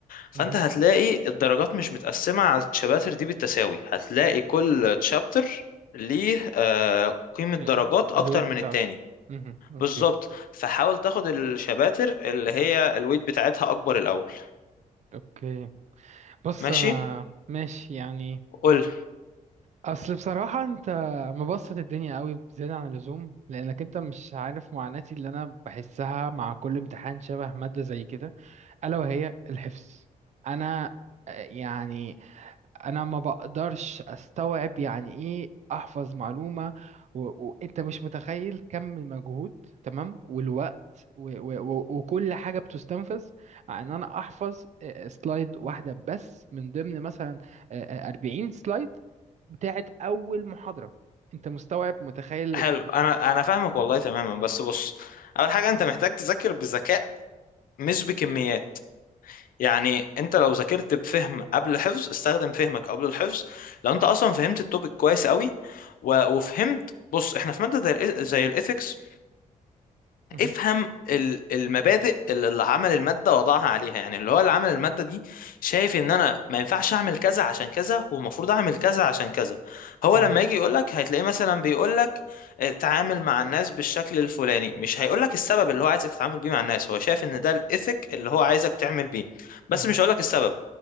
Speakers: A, on the left; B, on the right.
A: فانت
B: مهم.
A: هتلاقي الدرجات مش متقسمه على الشباتر دي بالتساوي هتلاقي كل تشابتر ليه آه، قيمه درجات
B: إيه-
A: اكتر
B: الويت
A: من
B: بتاعته
A: التاني
B: مهم. اوكي
A: بالظبط فحاول تاخد الشباتر اللي هي الويت بتاعتها اكبر الاول
B: اوكي بص
A: ماشي
B: انا ماشي يعني
A: قول
B: اصل بصراحة انت مبسط الدنيا قوي بزيادة عن اللزوم لانك انت مش عارف معاناتي اللي انا بحسها مع كل امتحان شبه مادة زي كده الا وهي الحفظ انا آه، يعني انا ما بقدرش استوعب يعني ايه احفظ معلومة و- وانت مش متخيل كم المجهود تمام والوقت و و و وكل حاجة بتستنفذ ان انا احفظ آه، آه، سلايد واحدة بس من ضمن مثلا آه، آه، 40 سلايد بتاعت اول محاضرة انت مستوعب متخيل
A: حلو
B: إيه؟
A: انا انا فاهمك والله تماما بس بص اول حاجه انت محتاج تذاكر بذكاء مش بكميات يعني انت لو ذاكرت بفهم قبل الحفظ استخدم فهمك قبل الحفظ لو انت اصلا فهمت التوبيك كويس قوي و- وفهمت بص احنا في ماده زي الإيث- زي الايثكس
B: مهم،
A: افهم ال- المبادئ اللي اللي عمل المادة وضعها عليها يعني اللي هو اللي عمل المادة دي شايف ان انا ما ينفعش اعمل كذا عشان كذا والمفروض اعمل كذا عشان كذا هو
B: مهم،
A: لما يجي يقولك هتلاقيه مثلا بيقولك آه، تعامل مع الناس بالشكل الفلاني مش هيقولك السبب اللي هو عايزك تتعامل بيه مع الناس هو شايف ان ده الايثيك اللي هو عايزك تعمل بيه
B: مهم.
A: بس مش هيقولك السبب